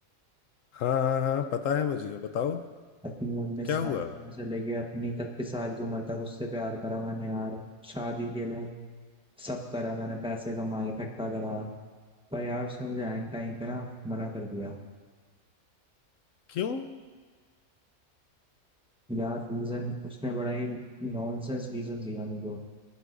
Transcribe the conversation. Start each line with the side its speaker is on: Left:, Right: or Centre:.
Left: हाँ हाँ हाँ पता है मुझे बताओ
Centre: अपनी उन्नीस
Left: क्या
Centre: साल
Left: हुआ
Centre: की उम्र से लेके अपनी इकतीस साल की उम्र तक उससे प्यार करा मैंने यार शादी के लिए सब करा मैंने पैसे कमाए इकट्ठा करा पर यार उसने मुझे एंड टाइम पे ना मना कर दिया
Left: क्यों
Centre: यार रीजन उसने बड़ा ही नॉनसेंस रीजन दिया मुझे